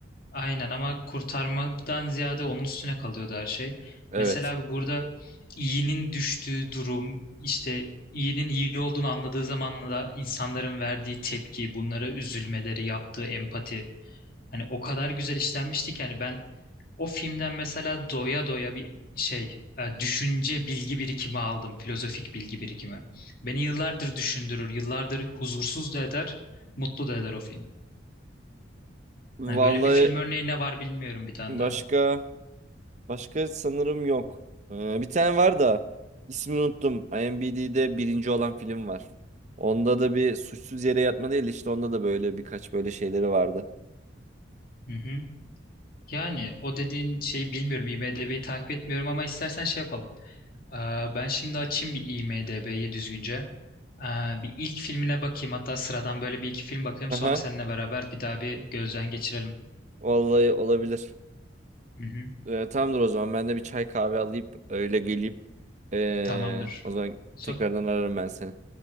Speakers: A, on the left; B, on the right.
A: aynen ama kurtarmaktan ziyade onun üstüne kalıyordu her şey.
B: evet
A: Mesela abi burada iyinin düştüğü durum işte iyinin iyi olduğunu anladığı zamanla da insanların verdiği tepki, bunlara üzülmeleri, yaptığı empati. Hani o kadar güzel işlenmişti ki hani ben o filmden mesela doya doya bir şey e, düşünce bilgi birikimi aldım. Filozofik bilgi birikimi. Beni yıllardır düşündürür, yıllardır huzursuz da eder, mutlu da eder o film.
B: vallahi
A: Hani böyle bir film örneği ne var bilmiyorum bir tane
B: başka
A: daha.
B: Başka sanırım yok. Ee, bir tane var da ismini unuttum. IMDb'de birinci olan film var. Onda da bir suçsuz yere yatma değil işte onda da böyle birkaç böyle şeyleri vardı.
A: Hı hı. Yani o dediğin şey bilmiyorum. IMDb'yi takip etmiyorum ama istersen şey yapalım. Aa, ben şimdi açayım bir IMDb'yi düzgünce. Aa, bir ilk filmine bakayım. Hatta sıradan böyle bir iki film bakayım.
B: Aha,
A: Sonra seninle beraber bir daha bir gözden geçirelim.
B: vallahi olabilir.
A: Hı hı.
B: Ee, tamamdır o zaman ben de bir çay kahve alayım öyle geleyim. Ee,
A: Tamamdır.
B: o zaman
A: So-
B: tekrardan ararım ben seni.